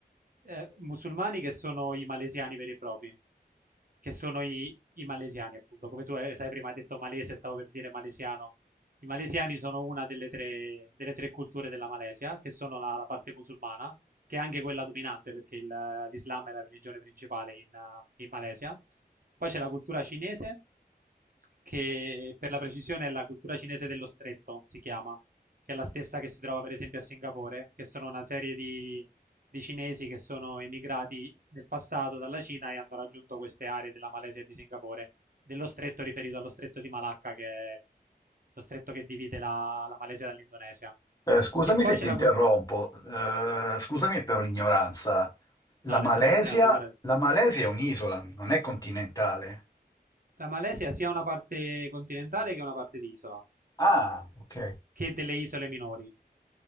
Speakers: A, on the right; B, on the left.
A: ehm, musulmani che sono i malesiani veri e propri, che sono i i malesiani appunto, come tu hai sai prima hai detto malese, stavo per dire malesiano. I malesiani sono una delle tre, delle tre culture della Malesia, che sono la, la parte musulmana, che è anche quella dominante perché il- l'Islam è la religione principale in, eh, in Malesia. Poi c'è la cultura cinese, che per la precisione è la cultura cinese dello stretto, si chiama, che è la stessa che si trova per esempio a Singapore, che sono una serie di, di cinesi che sono emigrati nel passato dalla Cina e hanno raggiunto queste aree della Malesia e di Singapore, dello stretto riferito allo stretto di Malacca, che è lo stretto che divide la, la Malesia dall'Indonesia.
B: Eh, scusami
A: E poi
B: se ti
A: c'è la
B: interrompo,
A: cultura...
B: eh, scusami per l'ignoranza. La
A: No,
B: Malesia,
A: nessun problema, figurati.
B: la Malesia è un'isola, non è continentale.
A: La Malesia sia una parte continentale che una parte di isola,
B: Ah, ok.
A: che delle isole minori.